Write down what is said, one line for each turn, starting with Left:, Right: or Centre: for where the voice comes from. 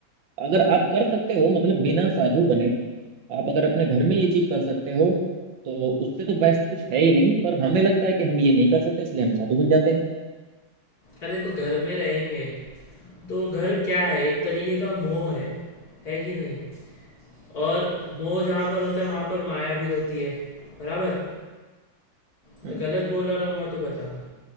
Right: अगर आप कर सकते हो मतलब बिना साधु बने आप अगर अपने घर में ये चीज कर सकते हो तो उससे तो बेस्ट कुछ है ही नहीं पर हमें लगता है कि हम ये नहीं कर सकते इसलिए हम साधु बन जाते हैं
Left: अरे देखो घर में रहेंगे तो घर क्या है एक तरीके का मोह है है कि नहीं और मोह जहाँ पर होता है वहाँ पर माया भी होती है बराबर मैं
Right: हम्म
Left: गलत बोल रहा रहूँगा तो बताना